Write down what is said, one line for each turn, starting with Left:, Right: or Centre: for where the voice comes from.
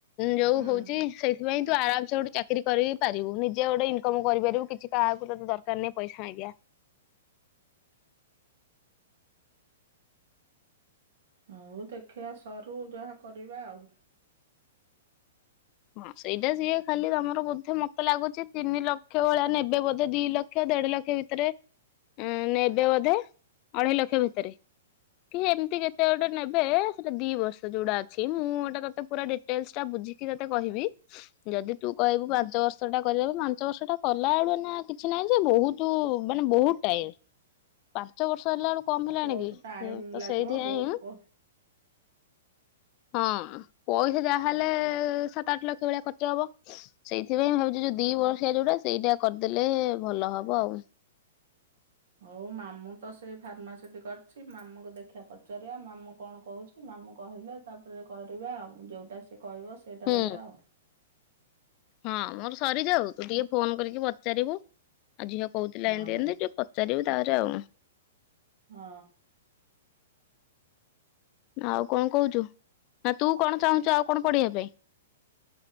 Left: ଯଉ
Right: ହୁଁ।
Left: ହଉଛି ସେଇଥିପାଇଁ ତୁ ଆରାମସେ ଗୋଟେ ଚାକିରି କରିବି ପାରିବୁ ନିଜେ ଗୋଟେ ଇନ ଇନକମ କରିପାରିବୁ କିଛି କାହାକୁ ତତେ ଦରକାର ନାହିଁ ପଇସା ମାଗିବା।
Right: ହଉ ଦେଖିଆ ସରୁ ଯାହା କରିବା ଆଉ।
Left: ହଁ ସେଇଟା ସିଏ ଖାଲି ତମର ବୋଧେ ମତେ ଲାଗୁଛି ତିନି ଲକ୍ଷ ଭଳିଆ ନେବେ ବୋଧେ ଦି ଲକ୍ଷ ଦେଢ ଲକ୍ଷ ଭି ତରେ ଉ ନେବେ ବୋଧେ ଅଢେଇ ଲକ୍ଷ ଭିତରେ। କି ଏମିତି କେତେ ଗୋଟେ ନେବେ ସେଟା ଦି ବର୍ଷ ଯୋଉଡା ଅଛି ମୁଁ ହେଟା ତତେ ପୁରା ଡିଟେଲସ ଟା ବୁଝିକି ତତେ କହିବି ଯଦି ତୁ କହିବୁ
Right: ହୁଁ,
Left: ପାଞ୍ଚ ବର୍ ବର୍ଷଟା କରିବାକୁ ପାଞ୍ଚ ବର୍ଷଟା କଲା ବେଳୁ ଏଇନା କିଛି ନାହିଁ ଯେ ବହୁତ ମାନେ ବହୁତ ଟାଇମ୍। ପାଞ୍ଚ ବର୍ଷ ହେଲା ଏଳୁ କମ ହେଲାଣି
Right: ବହୁତ
Left: କି
Right: ଟାଇମ୍
Left: ତ
Right: ଲାଗିବ
Left: ସେଇଥିପାଇଁଁ
Right: ବହୁତ ପ
Left: ହଁ ପଇସା ଯାହାଲେ ସାତ ଆଠ ଲକ୍ଷ ଭଳିଆ ଖର୍ଚ୍ଚ ହବ। ସେଇଥିପାଇଁ ଭାବୁଛି ଯଉ ଦି ବର୍ଷିଆ ଯଉଟା ସେଇଟା କରିଦେଲେ ଭଲ ହବ ଆଉ।
Right: ହଉ ମାମୁଁ ତ ସେଇ ଫାର୍ମାସିଟି କରିଛି ମାମୁଙ୍କୁ ଦେଖିଆ ପଚାରିବା ମାମୁଁ କଣ କହୁଛି। ମାମୁଁ କହିଲେ ତାପରେ କରିବା ଆଉ ଜଉଟା ସେ କହିବ ସେଟା
Left: ହୁଁ
Right: କରିବା ଆଉ।
Left: ହଁ ମୋର ସରିଯାଉ ତୁ ଟିକେ ଫୋନ କରିକି ପଚାରିବୁ ଆଉ ଝିଅ କହୁଥିଲା
Right: ହଁ।
Left: ଏମିତି ଏମିତି ଟିକେ ପଚାରିବୁ ତାହରେ ଆଉ
Right: ହଁ।
Left: ଆଉ କଣ କହୁଛୁ ନା ତୁ କଣ ଚାହୁଁଛୁ ଆଉ କଣ ପଢ଼ିବା ପାଇଁ?